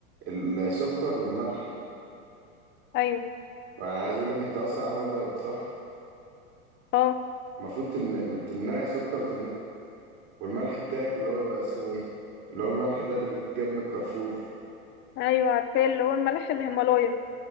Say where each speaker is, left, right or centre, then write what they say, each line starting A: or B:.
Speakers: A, on the right; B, on the left.
A: السكر والملح
B: ايوه
A: وأنا عايز أقولك أنت أصلا عاملة دايت صح؟
B: اه
A: المفروض تمن- تمنعي سكر وتمنعي والملح بتاعك اللي هو بيبقى اسمه ايه اللي هو الملح ده اللي بيتجاب من الكارفور
B: ايوه عارفه اللي هو الملح الهيمالايا